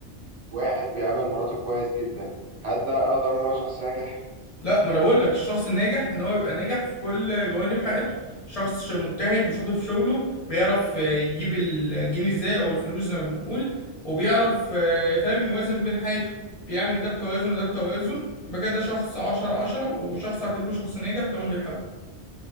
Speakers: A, on the right (about 70°); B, on the left (about 35°).
A: واحد بيعامل مراته كويس جدا هل ده اقدر اقول ان هو شخص ناجح
B: لا ما انا بقول لك الشخص الناجح ان هو يبقى ناجح في كل جوانب حياته شخص ش- مجتهد وشاطر في شغله بيعرف آه، يجيب الجنيه ازاي او الفلوس زي ما بنقول وبيعرف آه، فاهم يوازن بين حياته بيعمل ده بتوازن وده بتوازن يبقى كده ده شخص عشرة عشرة وشخص اعتبره شخص ناجح طالما بيحاول